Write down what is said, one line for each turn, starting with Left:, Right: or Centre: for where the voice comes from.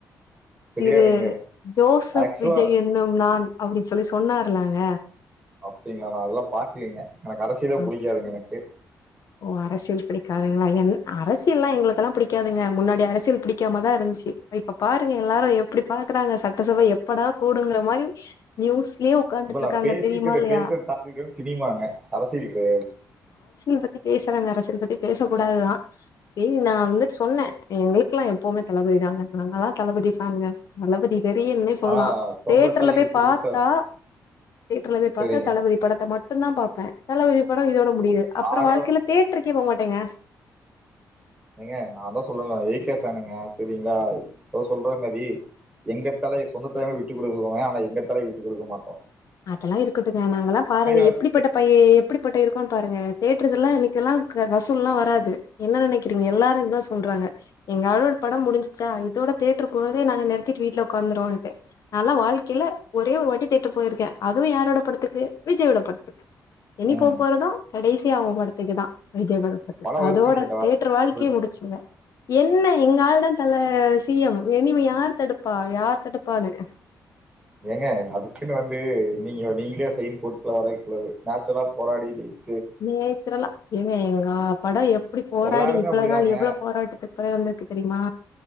Right: தெரியாதுங்களே
Left: திரு ஜோசப்
Right: ஆக்சுவலா
Left: விஜய் என்னும் நான் அப்டின்னு சொல்லி சொன்னார்லாங்க
Right: அப்டிங்களா நான அதல்லாம் பாக்லாங்க எனக்கு அரசியலே
Left: ஆ
Right: புடிக்காதுங்க எனக்கு இட்
Left: ஓ அரசியல் பிடிக்காதுங்களா என் அரசியல்லாம் எங்களுக்கெல்லாம் பிடிக்காதுங்க முன்னாடி அரசியல் பிடிக்காமாதான் இருந்துச்சு இப்ப பாருங்க எல்லாரும் எப்டி பாக்குறாங்க சட்டசபை எப்டா கூடுங்கிற மாரி நியூஸ்லயே உக்காந்துட்டு
Right: இப்பநா
Left: இருக்காங்க
Right: பேசிக்கிர
Left: தெரியுமா இல்லையா
Right: பேஸ்ர டாப்பிக்வந்து சினிமாங்க அரசியல்கெடையாது
Left: இந்த பேசுறாங்க அரசியல் பத்தி பேசக்கூடாதுதான் சரி நான் வந்து சொன்னேன் எங்களுக்கெல்லாம் எப்பவுமே தளபதி தாங்க நாங்காம் தளபதிஃப்பேன் பெரியண்ணனே சொல்லா
Right: ஆ சொந்த
Left: தேட்டர்ல
Right: தலை
Left: போய்
Right: விட்டு
Left: பாத்தா
Right: கொடுத்தா
Left: தேட்டர்ல போய்
Right: சரிங்க
Left: பாத்தா தளபதி படத்த மட்டும் ட்டுதான் பாப்பேன் தளபதி படம் இதோட முடியுது அப்
Right: நாங்கள
Left: அப்றம் வாழ்கையில தேட்ருக்கே போக மாட்டேங்க
Right: எங்க நான் தான் சொல்ல வேய்ட்லாஸ் அனேங்க செரிங்களா சொ சொல்ற மதி எங்க தலை சொந்தத்னால விட்டு கொடுக்குரேங்க ஆனா எங்க தலைய விட்டு கொடுக்க மாட்டோம்
Left: அதல்லாம் இருக்கட்டுங்க நாங்கயெல்லாம் பாருங்க
Right: வந்து
Left: எப்படிப்பட்ட பையன் எப்படிப்பட்ட இருக்கோன்னு பாருங்க தேடருதுெல்லாம் இதுக்கெல்லாம் க பஸ்லெல்லாம் வராது என்ன நினைக்கிறீங்க எல்லாரும் இத்தான் சொல்றாங்க எங்க ஆழோட படம் முடிஞ்சிசா இதோட தேட்டருக்குறதே நாங்கள் நிறத்திட்டு வீட்ல உட்காந்துருவேம்ட்டு நான்லா வாழ்கையில ஒரே ஒரு வாட்டி தேட்டரு போயிருக்கேன் அதுவும் யாரோட படத்துக்கு விஜயோட படத்துக்கு என்னிக்கும்
Right: ம்
Left: போறதும் கடைசிய அவன் படத்துக்கு தான் விஜய் படத்துக்கு
Right: படம் வருங்கிறீங்களா
Left: அதோட தேட்டர் வாழ்கையே முடிச்சுங்குவே என்ன எங்க ஆள்தான் தல சிஎம் இனிமே யார் தடுப் ப்பா யார்தடுப்பான் ஸ்
Right: ஏங்க அதுக்குன்னு வந்து நீங்க நீங்களே சைன் போட்டுல வரவைக்கூடாது நேச்சுரலா போராடி ஜெய்
Left: <inaudible> ஏங்க எங்கா படம் எப் இப்படி போராடி
Right: எல்லாருமே
Left: இவ்ள
Right: அப்படிதாங்க.
Left: நாள் எவ்ளோ போராட்டத்துக்கு வந்திருக்கு தெரியுமா